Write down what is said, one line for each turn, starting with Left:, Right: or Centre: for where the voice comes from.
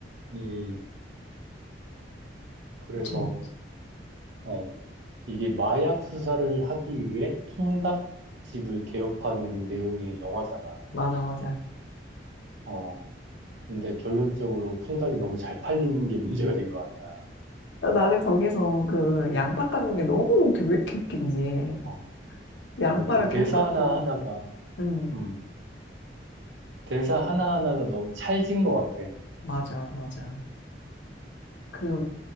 Right: 음, 그래서,
Left: 참,
Right: 어, 이게 마약 수사를 하기 위해 통닭집을 개업하는 내용의 영화잖아.
Left: 맞아, 맞아.
Right: 어, 근데 결론적으로 통닭이 너무 잘 팔리는 게 <laughs> 문제가 된 거 아니야.
Left: 어, 나는 거기서 그 양파 깎는 게 너무 웃기, 왜 이렇게 웃긴지.
Right: 어,
Left: 양파를
Right: 어, 그 대사
Left: 계속 깎고.
Right: 하나하나가,
Left: 응.
Right: 음, 대사 하나하나가 너무 찰진 것 같아.
Left: 맞아, 맞아. 그,